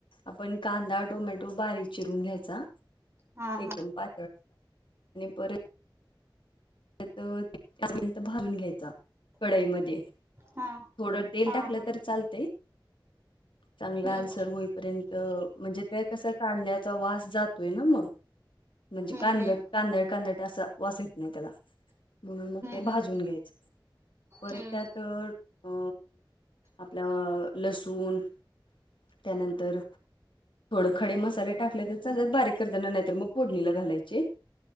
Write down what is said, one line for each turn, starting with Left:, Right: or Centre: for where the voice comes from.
Left: आपण कांदा टोमॅटो बारीक ून घ्या
Right: हा हा.
Left: एक प पर त्यापंत भालून घ्यायचा कढाईमध्ये
Right: हा
Left: थोडं तेल
Right: हा
Left: टाकलं
Right: हा
Left: तर चालत चांगला
Right: हम्म
Left: आल्सर होईपर्यंत म्हणजे त्या कसा काढण्याचा वास जात. तोय ना मग म्हणजे
Right: हम्म
Left: कांद
Right: हम्म
Left: कांदड कांदळ अस वाचेत नाही त्याला मगून मग ते
Right: हम्म
Left: भाजून घ्यायचं परत
Right: हम्म
Left: त्यात
Right: हम्म
Left: अ आपलं लसूण त्यानंतर थोड खडे मसाले टाकले तर चालत बारीक करताना नाहीतर मग पोडणीला घालायचे.